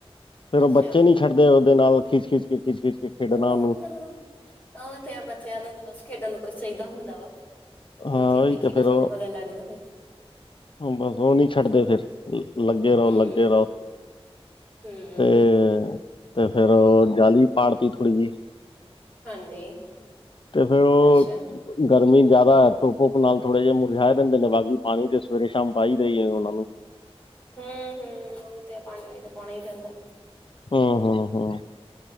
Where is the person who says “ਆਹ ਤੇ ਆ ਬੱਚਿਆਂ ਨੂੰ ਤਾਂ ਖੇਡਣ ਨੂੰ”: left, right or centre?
Left